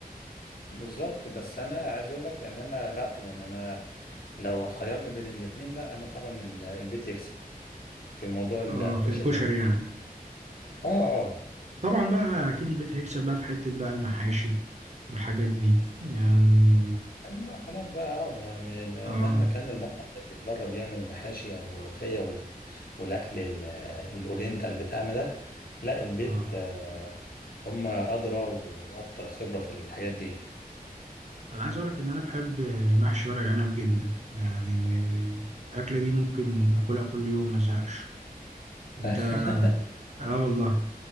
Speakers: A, on the left; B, on the right.
A: بالظبط بس انا عايز اقول لك يعني انا لا يعني انا لو هتخيرني بين الاتنين لا انا طبعا ال- البيت يكسب في موضوع الكشري
B: اه في الكشري
A: ده
B: يعني
A: اه اه
B: طبعا بقى أكيد البيت هيكسب بقى في حتة بقى المحاشي والحاجات دي يعني
A: يعني بقى خلاص بقى اه ما- ما- ما-
B: اه
A: مهما كان المطعم اللي بره بيعمل محاشي او ملوخيه وال- والاكل ال- الاورينتال بتاعنا ده لا البيت
B: اه
A: آه هم ادرى واكتر خبره في الحاجات دي
B: أنا عايز أقولك إن أنا بحب المحشي ورق العنب جدا يعني الأكلة دي ممكن أكلها كل يوم مزهقش أنت
A: <laughs>
B: اه والله